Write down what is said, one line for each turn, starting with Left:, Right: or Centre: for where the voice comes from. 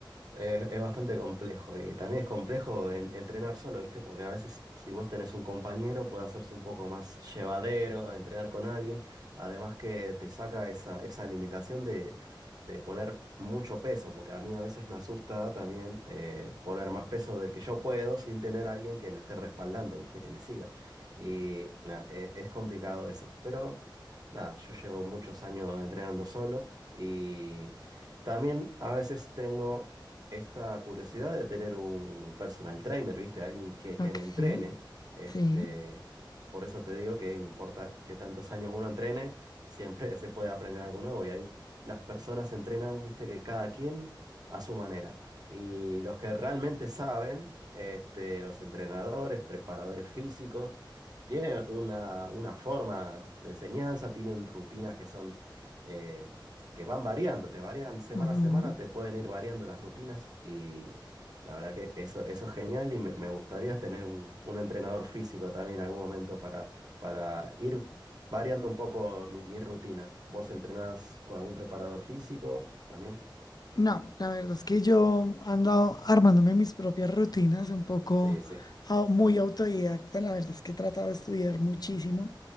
Right: Es, es bastante complejo y también es complejo en- entrenar solo, ¿viste? Porque a veces si vos tenés un compañero puede hacerse un poco más llevadero entrenar con alguien, además que te saca esa, esa limitación de, de poner mucho peso, porque a mí a veces me asusta también eh, poner más peso del que yo puedo sin tener a alguien que me esté respaldando, ¿viste? Que me siga. Y nada, e- es complicado eso, pero nada, yo llevo muchos años entrenando solo y... También a veces tengo esta curiosidad de tener un personal trainer, ¿viste? Alguien que,
Left: Ok,
Right: que me entrene. Este,
Left: sí.
Right: por eso te digo que no importa qué tantos años uno entrene, siempre se puede aprender algo nuevo. Y ahí las personas se entrenan, ¿viste? Que cada quien a su manera. Y los que realmente saben, este, los entrenadores, preparadores físicos, tienen una, una forma de enseñanza, tienen rutinas que son, eh, que van variando, te varían semana
Left: ujú.
Right: a semana, te pueden ir variando las rutinas y la verdad que eso, eso es genial y me, me gustaría tener un, un entrenador físico también en algún momento para, para ir variando un poco mi, mi rutina. ¿Vos entrenás con algún preparador físico también?
Left: No, la verdad es que yo ando armándome mis propias rutinas, un poco
Right: Sí, sí.
Left: au- muy autodidacta, la verdad es que he tratado de estudiar muchísimo.